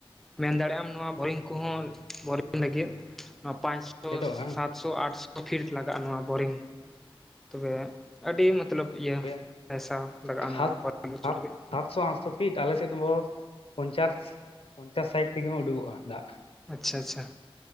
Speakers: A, in the centre; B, on the left.
A: ᱢᱮᱱ ᱫᱟᱲᱮᱭᱟᱜ ᱟᱢ ᱱᱚᱣᱟ ᱵᱳᱨᱤᱝ ᱠᱚᱦᱚᱸ ᱵᱳᱨᱤᱝ ᱞᱟᱹᱜᱤᱫ ᱱᱚᱣᱟ ᱯᱟᱸᱪᱥᱚ
B: ᱟᱸᱡᱮᱫᱚᱜᱼᱟ
A: ᱥᱟᱛ ᱥᱚ ᱟᱴᱥᱚ ᱯᱷᱤᱴ ᱞᱟᱜᱟᱜᱼᱟ ᱱᱚᱣᱟ ᱵᱳᱨᱤᱝ, ᱛᱚᱵᱮ ᱟᱹᱰᱤ ᱢᱚᱛᱞᱚᱵ ᱤᱭᱟᱹ
B: ᱛᱚᱵᱮ
A: ᱯᱟᱭᱥᱟ ᱞᱟᱜᱟᱜᱼᱟ
B: ᱥᱟᱛ
A: ᱱᱚᱣᱟ
B: ᱥᱟᱛ
A: ᱵᱳᱨᱤᱝ ᱦᱚᱪᱚ ᱞᱟᱹᱜᱤᱫ
B: ᱥᱟᱛᱥᱚ ᱟᱴ ᱥᱚ ᱯᱷᱤᱴ ᱟᱞᱮᱥᱮᱫ ᱫᱚ ᱯᱚᱧᱪᱟᱥ ᱯᱚᱧᱪᱟᱥ ᱥᱟᱴ ᱛᱮᱜᱮ ᱦᱚᱸ ᱩᱰᱩᱠᱚᱜᱼᱟ ᱫᱟᱜ᱾
A: ᱟᱪᱪᱷᱟ ᱟᱪᱪᱷᱟ᱾